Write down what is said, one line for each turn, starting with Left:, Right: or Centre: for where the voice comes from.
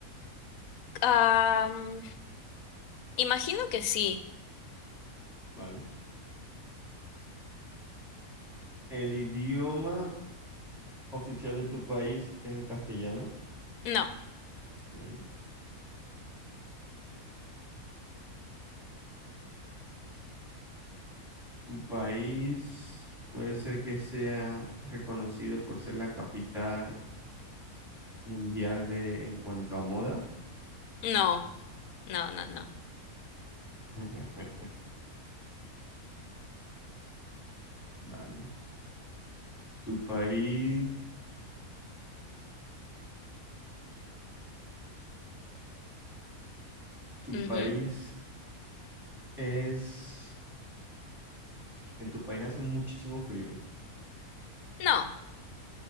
Left: ah, mm, imagino que sí.
Centre: ¿vale? El idioma oficial de tu país es el castellano.
Left: No,
Centre: Ok. Tu país puede ser que sea reconocido por ser la capital mundial de en cuanto a moda.
Left: no, no, no, no.
Centre: <laughs> Vale. Tu país, tu
Left: Ujú.
Centre: país es En tu país hace muchísimo frío.
Left: No.